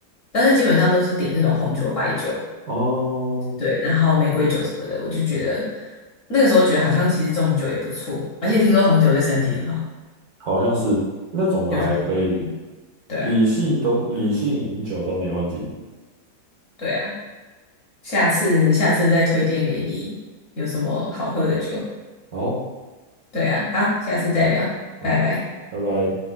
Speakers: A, on the left (about 50°); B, on the right (about 55°).
A: 但是基本上都是点那种红酒、白酒，
B: 哦，
A: 对，然后玫瑰酒什么的。我就觉得那个时候觉得好像其实这种酒也不错，而且听说红酒对身体很好，
B: 好像是那种的还可以，
A: 尤其是对对啊，
B: 理性都理性饮酒都没问题。
A: 对啊，下次下次再推荐给你有什么好喝的酒。
B: 好，
A: 对啊，好，下次再聊，
B: 好，
A: 拜拜。
B: 拜拜。